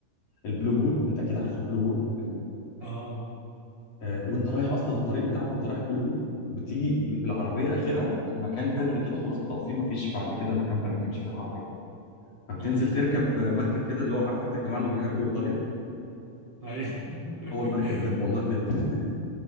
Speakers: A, on the left; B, on the right.
A: البلو هول انت اكيد عارف البلو هول ال-
B: اه
A: آه، وانت رايح اصلا الطريق بتاعك وانت رايح بلو هول بتيجي ب- العربيه اخرها مكان بري كده خلاص بتقف فيه مفيش بعد كده مكان بري تمشي فيه العربيه فبتنزل
B: امم
A: تركب آه، مركب كده اللي هو عارف انت الجماعه اللي بيهاجروا ايطاليا
B: ايوه
A: هو
B: <laughs>
A: المركب ده والله بجد <laughs>